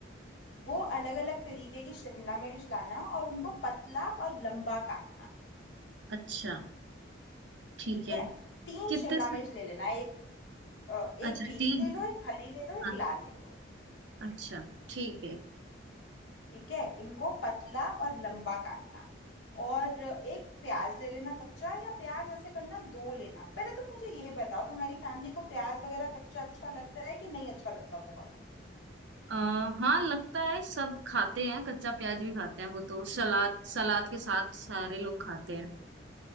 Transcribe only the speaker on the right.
अच्छा ठीक
है
कितने
से
अच्छा
तीन
हाँ
अच्छा ठीक है
आ, हाँ लगता है सब खाते हैं कच्चा प्याज भी खाते हैं वो तो सलाद सलाद के साथ सारे लोग खाते हैं